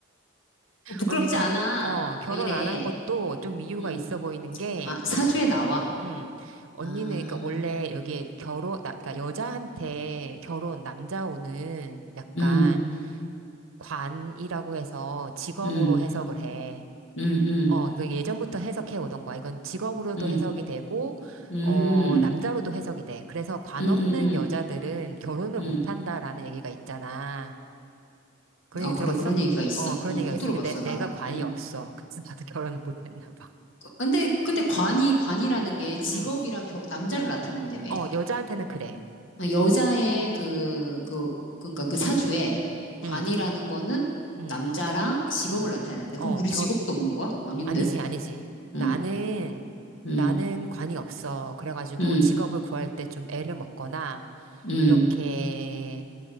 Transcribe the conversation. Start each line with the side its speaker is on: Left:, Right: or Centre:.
Left: 어, 부끄럽지
Right: 언니, 겨,
Left: 않아.
Right: 어, 결혼
Left: 왜 이래?
Right: 안 한 것도 좀 이유가
Left: 음.
Right: 있어 보이는 게,
Left: 아, 사주에 나와.
Right: 음, 언니는,
Left: 아,
Right: 그니까 원래 여기 결혼, 나, 그니까 여자한테 결혼, 남자 오는 약간
Left: 음,
Right: 관이라고 해서 직업으로
Left: 음,
Right: 해석을 해.
Left: 음, 음,
Right: 어, 이거 예전부터 해석해 오던 거야. 이건 직업으로도
Left: 음,
Right: 해석이 되고,
Left: 음,
Right: 어, 남자로도 해석이 돼. 그래서 관
Left: 음, 음,
Right: 없는
Left: 음.
Right: 여자들은 결혼을
Left: 음.
Right: 못 한다라는 얘기가 있잖아. 그런
Left: 아,
Right: 얘기
Left: 그래,
Right: 들어봤어?
Left: 그런 얘기가 있어?
Right: 어, 그런
Left: 어, 못
Right: 얘기가 있어.
Left: 들어봤어,
Right: 근데 내가
Left: 나는.
Right: 관이
Left: 음.
Right: 없어. <laughs> 그래서 나도 결혼을 못 했나 봐.
Left: 근데, 근데 관이, 관이라는
Right: 응.
Left: 게 직업이랑
Right: 응.
Left: 겨- 남자를 나타낸다며.
Right: 어, 여자한테는 그래.
Left: 아, 여자의 그, 그, 그러니까 그 사주에 관이라는
Right: 응.
Left: 거는
Right: 응.
Left: 남자랑 직업을
Right: 응.
Left: 나타내는데
Right: 어,
Left: 그럼 우리
Right: 결
Left: 직업도 없는 거야? 아닌데.
Right: 아니지, 아니지.
Left: 응,
Right: 나는,
Left: 응,
Right: 나는 관이 없어. 그래가지고
Left: 응,
Right: 직업을 구할 때 좀 애를 먹거나,
Left: 응,
Right: 이렇게